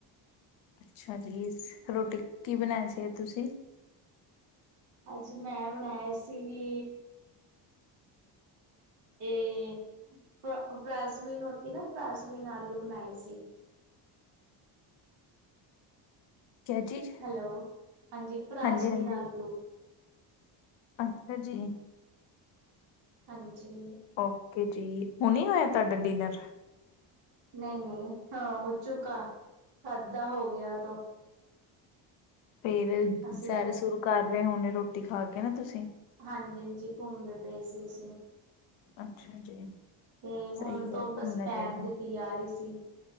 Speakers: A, on the left (about 70°); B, on the right (about 80°).
A: ਅੱਛਾ ਜੀ, ਰੋਟੀ ਕੀ ਬਣਾਇਆ ਸੀ ਅੱਜ ਤੁਸੀਂ?
B: ਅੱਜ ਮੈਂ ਬਣਾਏ ਸੀ ਵੀ ਇਹ ਫ ਫਾਸਮੀਨ ਹੋਤੇ ਨਾ ਫਾਸਮੀਨ ਆਲੂ ਬਣਾਏ ਸੀ।
A: ਕਿਆ ਚੀਜ਼?
B: ਹੈਲੋ, ਹਾਂਜੀ ਫਰਾਸਬੀ-
A: ਹਾਂਜੀ ਹਾਂਜੀ,
B: ਆਲੂ।
A: ਅੱਛਾ ਜੀ।
B: ਹਾਂਜੀ।
A: ਓਕੇ ਜੀ, ਹੁ ਨੇ ਹੋਇਆ ਤੁਹਾਡਾ ਡਿਨਰ।
B: ਨਹੀਂ- ਨਹੀਂ ਹਾਂ ਉਹ ਚੂਕਾ ਕਦ ਦਾ ਹੋ ਗਿਆ ਤੋ।
A: ਫੇਰ
B: ਅਸੀਂ
A: ਸੈਰ-
B: ਤਾਂ
A: ਸੁਰ ਕਰ ਰਹੇ ਹੋਣੇ ਰੋਟੀ ਖਾ ਕੇ ਨਾ ਤੁਸੀਂ।
B: ਹਾਂਜੀ-ਹਾਂਜੀ ਘੁੰਮਦੇ ਪਏ ਸੀ ਅਸੀਂ।
A: ਅੱਛਾ ਜੀ।
B: ਤੇ
A: ਸਹੀ
B: ਹੁਣ ਤੋ
A: ਹੈ ਘੁੰਮਣਾ
B: ਬਸ ਪੈਣ
A: ਚਾਹੀਦਾ।
B: ਦੀ ਤਿਆਰੀ ਸੀ।